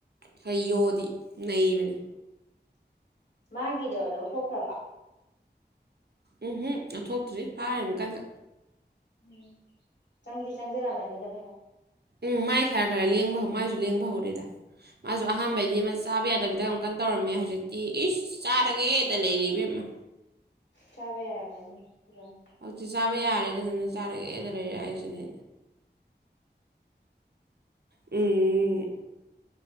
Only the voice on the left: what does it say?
ꯃꯥꯒꯤꯗꯣ ꯂꯧꯊꯣꯛꯈ꯭ꯔꯕ
ꯎꯝ ꯆꯪꯗꯤ ꯆꯪꯁꯤꯂꯝꯃꯅꯤꯗ ꯐꯩꯅꯝ
ꯎꯝ
ꯆꯥꯕ ꯌꯥꯔꯝꯃꯅꯤ ꯐꯖꯅ